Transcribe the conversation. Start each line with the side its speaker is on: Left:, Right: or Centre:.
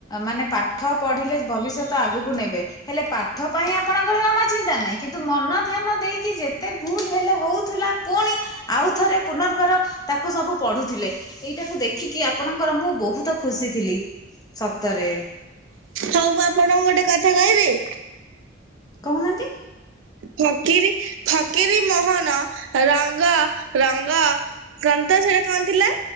Left: ମାନେ ପାଠ ପଢିଲେ ଭବିଷ୍ୟତ ଆଗକୁ ନେବେ। ହେଲେ ପାଠ ପାଇଁ ଆପଣଙ୍କର ଆମ ଜମା ଚିନ୍ତା ନାହିଁ କିନ୍ତୁ ମନ ଧ୍ୟାନ ଦେଇକି ଯେ ଏତେ ଭୁଲ ହେଲେ ହଉଥିଲା ପୁଣି ଆଉ ଥରେ ପୁନର୍ବାର ତାକୁ ସବୁ ପଢୁଥିଲେ। ଏଇଟାକୁ ଦେଖିକି ଆପଣଙ୍କର ମୁଁ ବହୁତ ଖୁସି ଥିଲି ସତରେ।
Right: ହଉ ମୁଁ ଆପଣଙ୍କୁ ଗୋଟେ କଥା କହିବି?
Left: କହୁନାହାନ୍ତି?
Right: ଫକିରୀ ଫକିରୀ ମୋହନ ରଙ୍ଗ ରଙ୍ଗ କନ୍ତ ସେଟା କଣ ଥିଲା